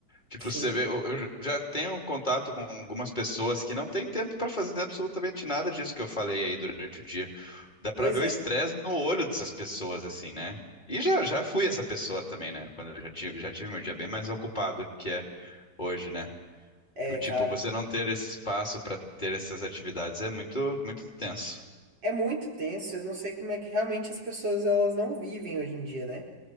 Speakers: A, on the left (about 25°); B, on the right (about 75°).
A: Tipo,
B: sim.
A: você vê, eu, eu já tenho contato com algumas pessoas que não têm tempo para fazer absolutamente nada disso que eu falei aí durante o dia. Dá pra
B: Pois
A: ver
B: é.
A: o estresse no olho dessas pessoas, assim, né? E já, já fui essa pessoa também, né? Quando eu já tive, já tive meu dia bem mais ocupado que é hoje, né?
B: É,
A: O tipo,
B: cara.
A: você não ter esse espaço pra ter essas atividades é muito, muito tenso.
B: É muito tenso, eu não sei como é que realmente as pessoas elas não vivem hoje em dia, né?